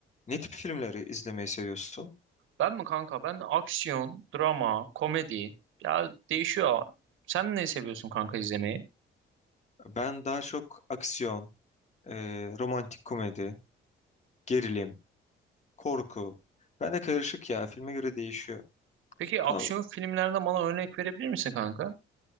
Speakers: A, on the left; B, on the right.
A: Ne tip filmleri izlemeyi seviyorsun?
B: Ben mi kanka? Ben aksiyon, drama, komedi. Ya değişiyor. Sen ne seviyorsun kanka izlemeyi?
A: Ben daha çok aksiyon, e, romantik komedi, gerilim, korku. Ben de karışık ya. Filme göre değişiyor.
B: Peki aksiyon
A: Ama
B: filmlerden bana örnek verebilir misin kanka?